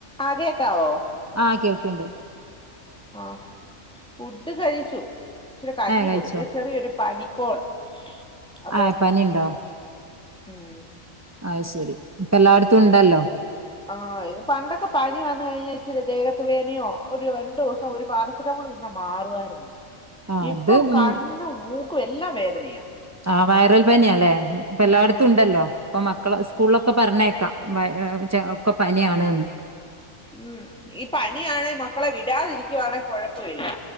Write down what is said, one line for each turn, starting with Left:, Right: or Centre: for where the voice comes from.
Centre: ആഹ് കേക്കാവോ?
Right: ആഹ് കേൾക്കണ്ട്
Centre: ആഹ് ഫുഡ് കഴിച്ചു ഇച്ചിരി കഞ്
Right: ഏഹ് കഴിച്ചോ
Centre: കുടിച്ച ചെറിയൊരു പനിക്കോള് അപ്പൊ
Right: ആഹ് പനിണ്ടോ
Centre: ഹം
Right: അയ്ശെരി ഇപ്പ എല്ലായിടത്തും ഉണ്ടല്ലോ
Centre: ആഹ് ത് പണ്ടൊക്കെ പനി വന്ന കഴിഞ്ഞാൽ ഇച്ചിരി ദേഹത്ത് വേനയോ ഒരു രണ്ടു ദിവസം ഒരു പാറം കന്ന മാറുവായിരുന്നു
Right: ആഹ്
Centre: ഇപ്പം
Right: അത് ഉം
Centre: കണ്ണും മൂക്കും എല്ലാം വേദനയാ
Right: ആഹ് വയറൽ പനിയല്ലേ പല്ലടത്തും
Centre: ആഹ്
Right: ഉണ്ടല്ലോ ഇപ്പൊ മക്കള സ്കൂളൊക്കെ പറഞ്ഞേക്കാം ഒക്കെ പനിയ ആാണ്ന്ന്
Centre: ഉം ഈ പണിയാണെങ്കിൽ മക്കളെ വിടാതിരിക്കുവാണെങ്ക കൊഴപ്പമില്ല